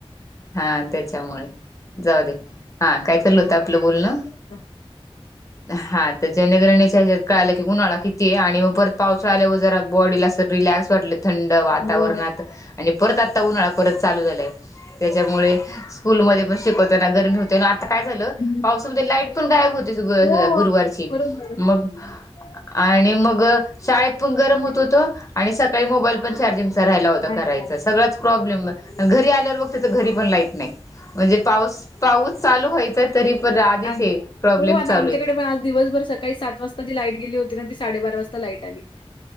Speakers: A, on the left; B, on the left.
A: हा त्याच्यामुळे जाऊ दे हा. काय चाललं होतं आपलं बोलणं.
B: <inaudible>
A: हा त जनगणेच्या ह्यात कळालं की उन्हाळा किती आहे आणि मग परत पावसाळा आल्याव जरा बॉडीला तर रिलॅक्स म्हटल थंड वातावरणात
B: हो.
A: आणि परत आत्ता उन्हाळा परत चालू झालाय त्याच्यामुळे स्कूल मदे पण शिकवताना गरमी हो तन आता काय झालं
B: हं.
A: पावसामध्ये लाईट पण गायब होते
B: हो,
A: गुरुवारची
B: बरोबर.
A: मगं आणि मग अ शाळेत पण गरम होत होत आणि सकाळी मोबाईल पण चार्जिंग तर रायला होता करायचा
B: अच्छा.
A: सगळाच प्रॉब्लेम घरी आल्यावर त घरीपण लाईट नाई म्हणजे पा पाऊस चालू व्हायचाय तरी पण
B: आली
A: हे प्रॉब्लेम
B: हो आता
A: चालू
B: आमच्याकडे
A: आहेत.
B: पण आज दिवसभर सकाळी सात वाजता जी लाईट गेली होती ना ती साडेबारा वाजता लाईट आली.